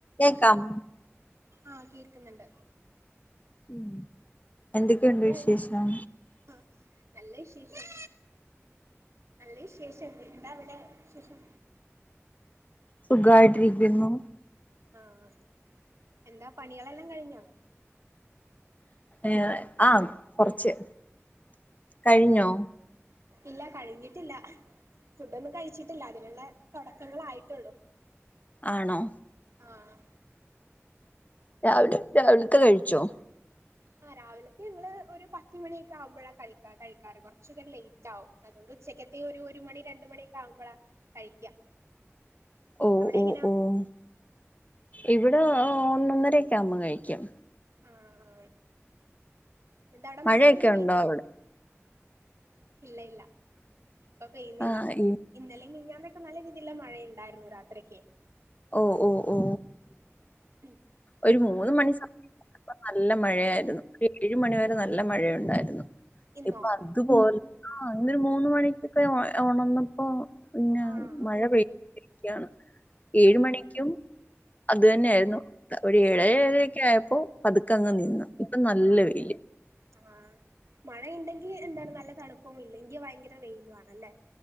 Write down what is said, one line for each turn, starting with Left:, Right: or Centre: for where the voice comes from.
Left: A കാം
Right: ആ കേക്കുന്നുണ്ട്
Left: ഉം എന്തൊക്കെയുണ്ട്
Right: എന്ത്‌ക്ക്യാവിശേഷം
Left: വിശേഷം
Right: ആ നല്ലഷ ഏഷം അല്ലേ ശേഷംഎന്താ അവിടെ ശേഷം
Left: സുഖായിട്ടിരിക്കുന്നു
Right: ആഹ് എന്താ പണികളെല്ലാം കഴിഞ്ഞോ
Left: എ ആ കൊറച്ച് കഴിഞ്ഞോ
Right: ഇല്ല കഴിഞ്ഞിട്ടില്ല ഫുഡൊന്നും കഴിച്ചിട്ടില്ല അതിനുള്ള തുടക്കങ്ങളായിട്ടുള്ളൂ
Left: ആണോ
Right: ആഹ്
Left: രാവിലെ രാവിലത്തെ കഴിച്ചോ
Right: ആ രാവിലത്തെ ഞങ്ങള് ഒരു പത്തുമണിയൊക്കെ ആവുമ്പോഴാ കഴിക്കാ കഴിക്കാറ് കുറച്ചൊക്കരം ലേറ്റ് ആവും അതുകൊണ്ട് ഉച്ചക്കത്തെയ ഒരു ഒരു മണി രണ്ട മണിയൊക്കെ ആവുമ്പോഴാ കഴിക്കാ
Left: ഓഹ്
Right: അവിടെ
Left: ഓഹ്
Right: എങ്ങനാ
Left: ഓഹ് ഇവിടെ ഒന്നൊന്നരക്കെ ആഉമ്പോ കഴിക്കും
Right: ആ ആ എന്ത അവിടെ മഴയെല്ലാം
Left: മഴയൊക്കെ
Right: പെയ്യുന്നുണ്ടോ
Left: ഉണ്ടോ അവിടെ
Right: ഇല്ല ഇല്ല ഇപ്പൊ പെയ്യുന്നില്ല
Left: ആഹ് ഇ
Right: ഇന്നലിം മിഞ്ഞാന്നൊക്കെ നല്ല രീതില്ല മഴയ ണ്ടായിരുന്നു രാത്രിക്ക്
Left: ഓ ഓ ഓ
Right: ഉം
Left: ഒരു മൂന്ന് മണി സമയ അപ്പ നല്ല
Right: എങ്ങനെ
Left: മഴയായിരുന്നു ഏഴ് മണിവരെ നല്ല മഴയുണ്ടായിരുന്നു
Right: ഇന്നോ
Left: ഇപ്പൊ അതുപോൽ ആഹ് ഇന്നൊരു മൂന്ന് മണിക്കൊക്കെഒ ഒണന്നപ്പോ പിന്ന
Right: ആഹ്
Left: മഴ
Right: ആഹ്
Left: പെയതിരിക്കാണ് ഏഴ് മണിക്കും അത് തന്നെയ ആയിരുന്നു ഒരു ഏഴ
Right: ആഹ്
Left: ഴ എ യ് ക്കെ ഏഴ പ്പോ പതുക്കെങ്ങ്
Right: ആഹ്
Left: നിന്നു ഇപ്പൊ നല്ല
Right: ആഹ്
Left: വെയില്
Right: ആഹ് മഴ യിണ്ടെങ്കി എന്താണ് നല്ല തണുപ്പും ഇല്ലെങ്കി ഭയങ്കര വെയിലു ആണല്ലേ